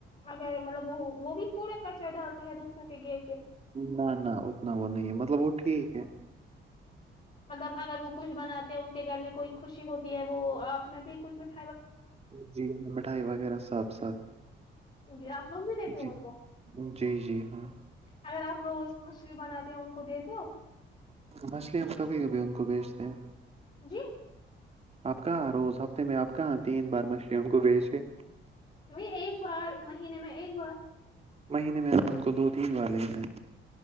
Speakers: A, on the left; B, on the right.
A: اگر مطلب وہ وہ بھی کوڑے کچر ڈالتے ہے دوسروں کے گید
B: نہ نہ اتنا وہ نہیں ہے مطلب وہ ٹھیک ہے
A: مطلب اگر وہ کچھ بناتے کے گھر میں کوئی خوشی ہوتی ہے وہ آپ میں بھی کچھ مٹھ
B: جی ہاں مٹھائی وغیرہ صاف صاف
A: جی آپ لوگ بھی دیتے ہو
B: جی
A: ان کو
B: جی جی ہاں
A: اگر آپ روز مچھلی بناتے ہو ان کو دیتے ہو
B: مچھلیاں میں کبھی کبھی کو بیچتے ہیں
A: جی
B: آپ کہاں روز ہفتے میں آپ کہاں تین بار مچھلی ہم کو بیچے
A: نہیں ایک بار مہینے میں ایک بار
B: مہینے میں ہم ان کو دو تین بار لیتے ہیں